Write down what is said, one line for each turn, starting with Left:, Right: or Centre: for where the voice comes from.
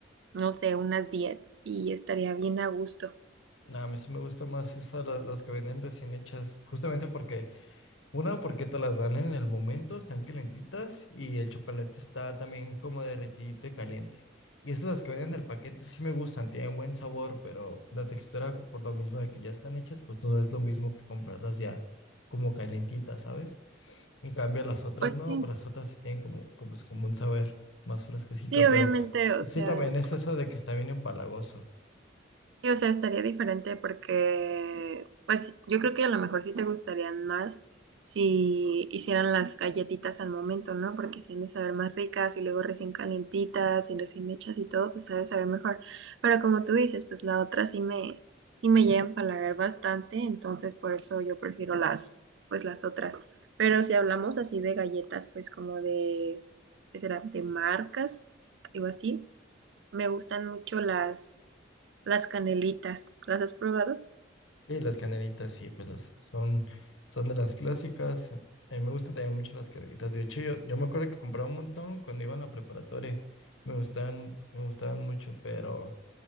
Right: no sé, unas 10 y estaría bien a gusto.
Left: No, a mí sí me gusta más esa, la- las que venden recién hechas, justamente porque Una, porque te las dan en el momento, están calentitas y el chocolate está también como derretido y caliente. Y esas las que vienen en el paquete sí me gustan, tienen buen sabor, pero la textura, por lo mismo de que ya están hechas, pues no es lo mismo que comprarlas ya como calentitas, ¿sabes? En cambio, las otras
Right: Pues
Left: no,
Right: sí,
Left: pero las otras sí tienen como, como, es como un saber más fresquecito,
Right: sí, obviamente,
Left: pero
Right: o
Left: sí
Right: sea.
Left: también es eso de que está bien empalagoso.
Right: Sí, o sea, estaría diferente porque, pues, yo creo que a lo mejor sí te gustarían más si hicieran las galletitas al momento, ¿no? Porque se han de saber más ricas y luego recién calientitas y recién hechas y todo, pues se ha de saber mejor. Pero como tú dices, pues la otra sí me, sí me llega a empalagar bastante, entonces por eso yo prefiero las, pues las otras. Pero si hablamos así de galletas, pues como de, ¿qué será? De marcas, algo así. Me gustan mucho las, las canelitas. ¿Las has probado?
Left: Sí, las canelitas, sí, pues las- son, son de las clásicas. A mí me gustan también mucho las canelitas. De hecho, yo, yo me acuerdo que compraba un montón cuando iba en la preparatoria. Me gustaban, me gustaban mucho, pero